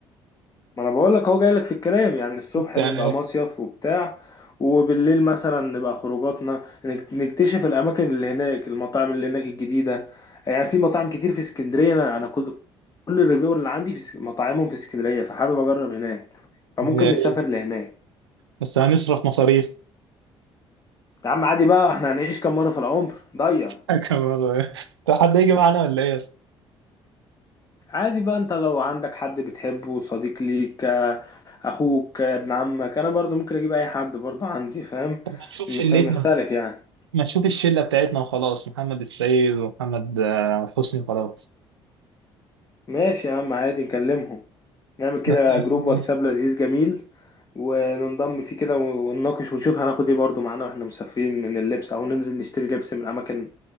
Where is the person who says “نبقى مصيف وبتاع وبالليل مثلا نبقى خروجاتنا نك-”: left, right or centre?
Left